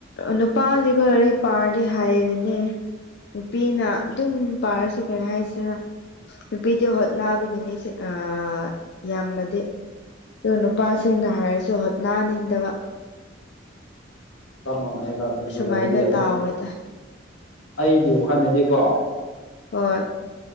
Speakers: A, on the left; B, on the left.
A: ꯅꯨꯄꯥꯒꯤꯗꯤ ꯂꯥꯏꯔꯤꯛ ꯄꯥꯔꯗꯤ ꯍꯥꯏꯕꯅꯦ ꯅꯨꯄꯤꯅ ꯑꯗꯨꯝ ꯄꯥꯔꯁꯨ ꯀꯔꯤ ꯍꯥꯏꯁꯤꯔ ꯅꯨꯄꯤꯗꯤ ꯍꯣꯠꯅꯕꯒꯤꯅꯤꯁꯤ ꯑꯥ ꯌꯥꯝꯃꯗꯤ ꯗꯨ ꯅꯨꯄꯥꯁꯤꯡꯅ ꯍꯩꯔꯁꯨ ꯍꯣꯠꯅꯅꯤꯡꯗꯕ
B: ꯆꯞ ꯃꯥꯟꯅꯩꯗ ꯅꯣꯏꯁꯨ
A: ꯁꯨꯃꯥꯏꯅ
B: ꯂꯩꯔꯗꯤ
A: ꯇꯥꯎꯋꯦꯗ
B: ꯑꯗꯨꯝ ꯑꯩꯒꯤ ꯋꯥꯈꯟꯗꯗꯤꯀꯣ
A: ꯍ‌ꯣꯏ